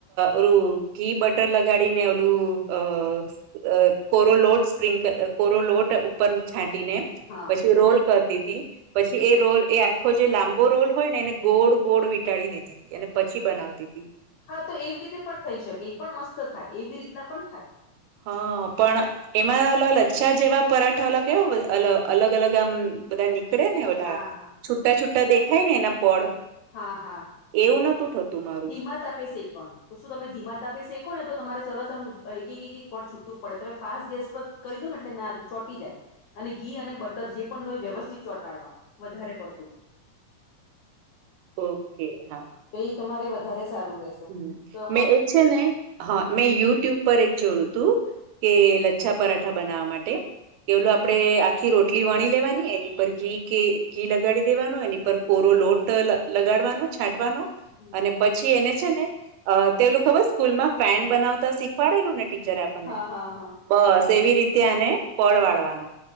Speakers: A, on the right; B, on the left.
A: ઓલું ઘી બટર લગાડીને ઓલું અ અ કોરોલોટ સ્પ્રિંકલ કોરો લોટ ઉપર છાંટી ને
B: હા
A: પછી રોલ કરતી હતી. પછી એ રોલ એ આખો જે લાંબો રોલ હોય ને એને
B: હમ
A: ગોળ ગોળ વિટાડી દેતી હતી અને પછી બનાવતી હતી.
B: હા તો એવી રીતે પણ થઈ શકે એ પણ મસ્ત થાય એવી રીતના પણ થાય.
A: હ પણ એમાં લ લચ્છા જેવા પરાઠા ઓલા કેવા અ અલગ અલગ આમ બધા નીકળે ને ઓલા
B: હા હા
A: છૂટા છુટા દેખાય ને એના પળ.
B: હા હા.
A: એવું નોતું થતું. મારું
B: ધીમા તાપે શેકવાનું. તો શું તમે ધીમા તાપે શેકો ને તો તમારે સરસ આમ એક એક એક પળ છૂટવું પડે તમે ફાસ્ટ ગેસ પર કરી દો ને એટલે ના ચોટી જાય. અને ઘી અને બટર જે પણ લોય વ્યવસ્થિત ચોટાડવા વધારે પડતું.
A: ઓકે હા.
B: તો એ તમારે વધારે સારું રહેશે.
A: હમ
B: તો
A: મેં
B: મસ્ત
A: એ છે ને. હા મેં યુટ્યુબ પર એક જોયું હતું, કે લચ્છા પરાઠા બનાવવા માટે. કે ઓલું આપડે આખી રોટલી વણી લેવાની એની પર ઘી કે ઘી લગાડી દેવાનો એની પર કોરો લોટ તો લ લગાડવાનો છાંટવાનો
B: હમ,
A: અને પછી એને છે ને અ તેલુ ખબર સ્કૂલમાં ફેન બનાવતા શીખ શીખવાડેલુ ને ટીચરે આપણને
B: હા હા હા
A: બસ એવી રીતે આને પળ વાળવાના